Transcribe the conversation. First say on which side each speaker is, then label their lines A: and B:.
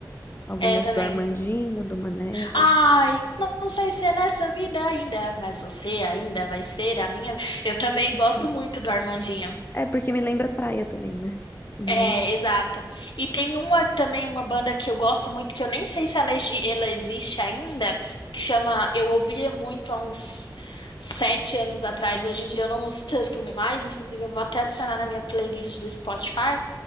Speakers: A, on the left; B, on the left.
A: Algumas
B: É, também.
A: do Armandinho, do Maneva.
B: Ai, não não sei se é nessa vida ainda, mas você ainda vai ser a minha. Eu também
A: Isso.
B: gosto muito do Armandinho.
A: É, porque me lembra praia também, né? E
B: É,
A: aí,
B: exato. E tem uma também, uma banda que eu gosto muito, que eu nem sei se ela, exi- ela existe ainda, que chama. Eu ouvia muito há uns sete anos atrás, hoje em dia eu não ouço tanto mais, inclusive eu vou até adicionar na minha playlist do Spotify.